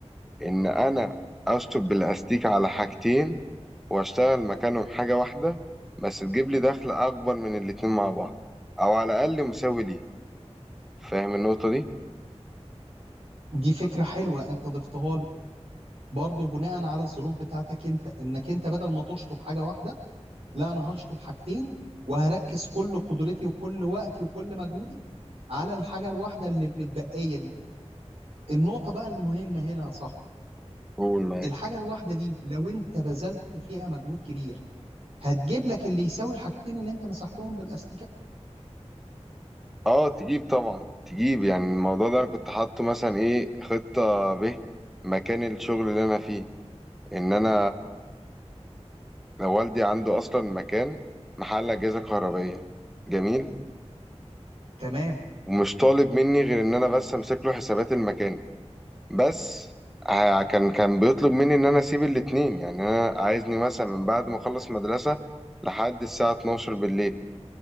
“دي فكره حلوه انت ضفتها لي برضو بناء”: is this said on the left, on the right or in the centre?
Right